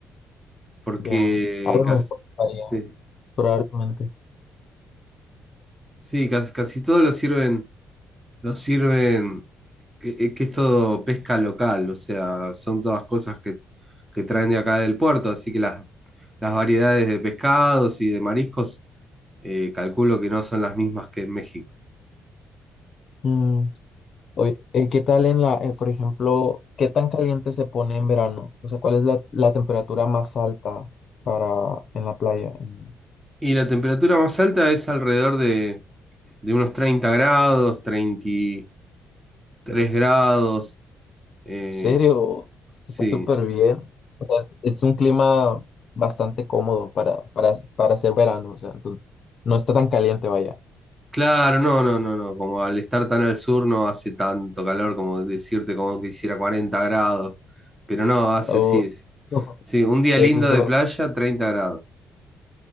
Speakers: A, on the right; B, on the left.
A: porque
B: Ya, a lo
A: casi,
B: mejor varía,
A: sí,
B: probablemente.
A: sí, casi, casi todo lo sirven, lo sirven, que, eh, que es todo pesca local, o sea, son todas cosas que, que traen de acá del puerto, así que las, las variedades de pescados y de mariscos, eh, calculo que no son las mismas que en México.
B: Mm, Oye, eh, ¿qué tal en la, eh, por ejemplo, qué tan caliente se pone en verano? O sea, ¿cuál es la, la temperatura más alta para en la playa? ¿En
A: Y la temperatura más alta es alrededor de, de unos 30 grados, treinta y tres grados. eh,
B: serio?
A: sí,
B: Está súper bien. O sea, es un clima bastante cómodo para, para, para hacer verano. O sea, entonces no está tan caliente, vaya.
A: claro, no, no, no, no. Como al estar tan al sur no hace tanto calor como decirte como que hiciera 40 grados. Pero no, hace
B: Oh,
A: sí. es-
B: no,
A: Sí, un día
B: es
A: lindo
B: eso.
A: de playa, 30 grados.